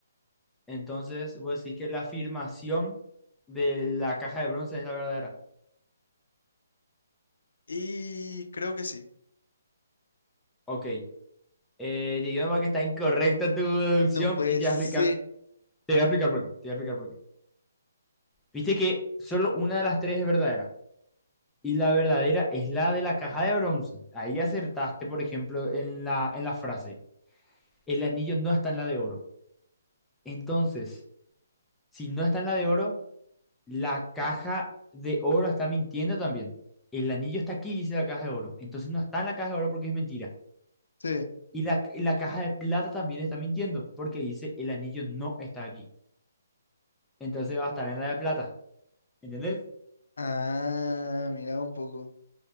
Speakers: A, in the centre; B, on the left.
A: Entonces, vos decís que la afirmación de la caja de bronce es la verdadera.
B: Y creo que sí.
A: Ok. Eh, digamos que está incorrecta tu deducción
B: No puede
A: y te
B: ser.
A: voy a explicar, te voy a explicar por qué. Te voy a explicar por qué. Viste que solo una de las tres es verdadera. Y la verdadera es la de la caja de bronce. Ahí acertaste, por ejemplo, en la, en la frase. El anillo no está en la de oro. Entonces, si no está en la de oro, la caja de oro está mintiendo también. El anillo está aquí, dice la caja de oro. Entonces no está en la caja de oro porque es mentira.
B: Sí.
A: Y la, y la caja de plata también está mintiendo porque dice el anillo no está aquí. Entonces va a estar en la de plata. ¿Entendés?
B: Ah, mira un poco.